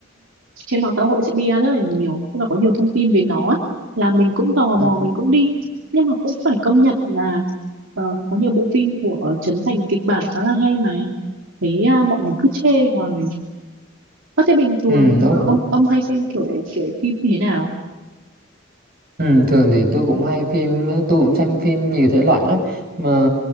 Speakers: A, on the right (about 80°); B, on the right (about 50°).
A: trên mạng xã hội sẽ bia rất là nhiều tức là có nhiều thông tin về nó ấy, là mình cũng tò
B: ừ,
A: mò mình cũng đi nhưng mà cũng phải công nhận là ờ, có nhiều bộ phim của Trấn Thành kịch bản khá là hay mà thấy à, mọi người cứ chê hoài có thế bình thường
B: Ừ, đúng
A: ờ,
B: rồi
A: ông ông hay xem kiểu kiểu phim như thế nào
B: Ừ, thường thì tôi cũng hay phim tôi cũng xem phim nhiều thể loại lắm mà